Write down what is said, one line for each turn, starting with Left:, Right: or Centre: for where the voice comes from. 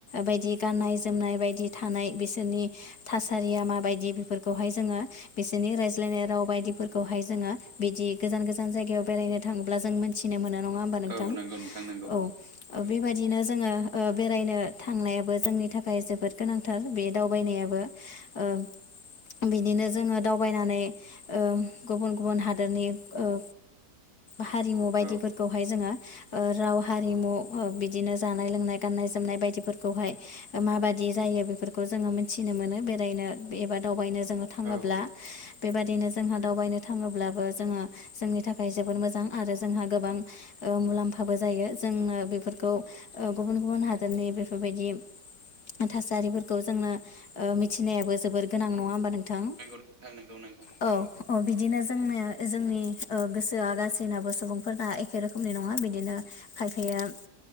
Left: बायदि गाननाय जोमनाय बायदि थानाय बिसोरनि थासारिया माबायदि बेफोरखौहाय जोङो बिसोरनि रायज्लायनाय राव बायदिफोरखौहाय जोङो बिदि गोजान गोजान जायगायाव बेरायनो थाङोब्ला जों मोन थिनो मोनो नङा होमबा नोंथां
Right: औ नंगौ नोंथां नंगौ
Left: औ बेबायदिनो जोङो ओ बेरायनो थांनायाबो जोंनि थाखाय जोबोद गोनांथार बे दावबायनायाबो। ओ बिदिनो जोङो दावबायनानै ओ गुबुन गुबुन हादरनि ओ हारिमु बायदिफोरखौहाय
Right: औ
Left: जोङो ओ राव हारिमु ओ बिदिनो जानाय लोंनाय गाननाय जोमनाय बायदिफोरखौहाय माबायदि जायो बेफोरखौ जोङो मिथिनो मोनो बेरायनो एबा दावबायनो जोङो थाङोब्ला
Right: औ
Left: बेबादिनो जोंहा दावबायनो थाङोब्लाबो जोङो जोंनि थाखाय जोबोद मोजां आरो जोंहा गोबां ओ मुलाम्फाबो जायो जोंनो बेफोरखौ ओ गुबुन गुबुन हादरनि बेफोरबायदि थासारिफोरखौ जोंनो ओ मिथिनायाबो जोबोर गोनां नङा होमबा नोंथां?
Right: नंगौ नोंथां नंगौ नंगौ।
Left: औ अ बिदिनो जोंनोया जोंनि ओ गोसोया गासैनाबो सुबुंफोरना ए खे रोखोमनि नङा बिदिनो खायफाया